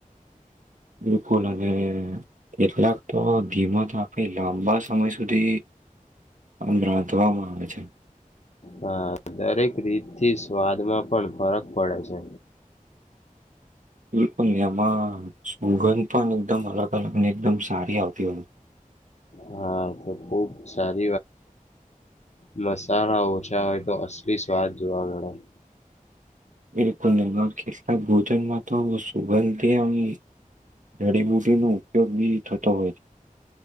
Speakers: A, on the right; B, on the left.
A: બિલકુલ અને કેટલાક, તો ધીમ તો આપે લાંબા સમય સુધી ઓમ રાંધવાવામાં આવે છે.
B: હા, દરેક રીતથી સ્વાદમાં પણ ફરક પડે છે.
A: બુલંદ મા સુંગંધ, પણ એકદમ અલગ- અલગ અને એકદમ સારી આવતી હોય.
B: હા, તો ખુબ સારુ મસાલા ઓછા હોય, તો અસલી સ્વાદ જોવા મળે
A: એકનેમા કેટલાક, ભોજન માં તો સુગંધથી જડીબુટી ન ઉપયોગ બી થતો હોય.